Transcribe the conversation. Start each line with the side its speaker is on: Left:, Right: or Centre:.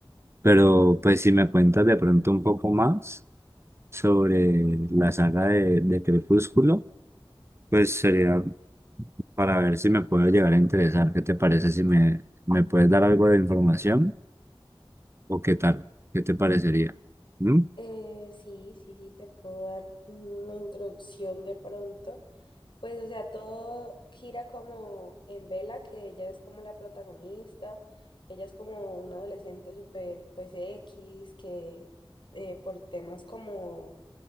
Right: pero pues si me cuentas de pronto un poco más sobre la saga de, de Crepúsculo, pues sería para ver si me puedo llegar a interesar. ¿Qué te parece si me, me puedes dar algo de información o qué tal? ¿Qué te parecería? ¿Mm?
Left: Eh, sí, sí, sí, te puedo dar una introducción de pronto. Pues, o sea, todo gira como en Vela, que ella es como la protagonista, ella es como una adolescente súper, pues, X, que eh, por temas como